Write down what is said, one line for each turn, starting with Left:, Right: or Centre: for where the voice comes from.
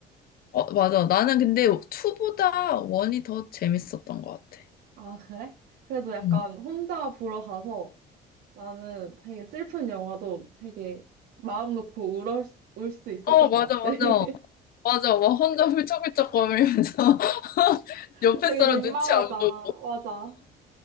Left: 어, 맞아. 나는 근데 투보다 원이 더 재밌었던 것 같아.
Right: 아, 그래? 그래도 약간
Left: 응.
Right: 혼자 보러 가서 나는 되게 슬픈 영화도 되게 마음 놓고 울을, 수- 울수 있었던
Left: 어, 맞아,
Right: 것
Left: 맞아.
Right: 같아. <laughs>
Left: 맞아. 막 혼자 훌쩍훌쩍 거리면서 <laughs> 옆에
Right: 어, 되게
Left: 사람
Right: 민망하잖아.
Left: 눈치 안 보고
Right: 맞아.